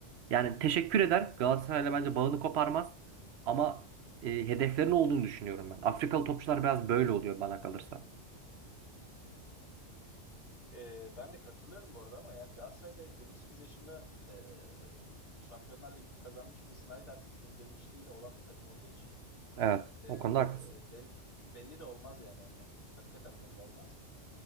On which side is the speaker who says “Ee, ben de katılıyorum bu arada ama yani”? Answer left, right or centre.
Left